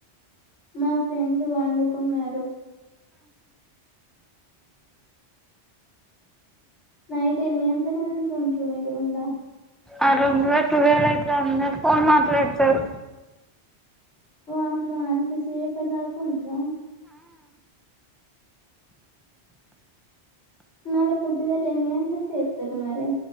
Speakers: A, on the left (about 75°); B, in the centre.
A: మా ఫ్రెండ్స్, వండుకున్నారు. నైట్ ఎన్ని గట్లకి వండుకుంట్రారు, మీ రూమ్ ల.
B: అ రూమ్ ల టూవల్ అయితే, అందరు ఫోన్ మాట్లాడుతారు.
A: ఓమ్మో అంత సేపటిదాకా ఉంట్రా. మల్ల పొద్దుగాల ఎన్ని గంటలకు లేత్తరు మరి.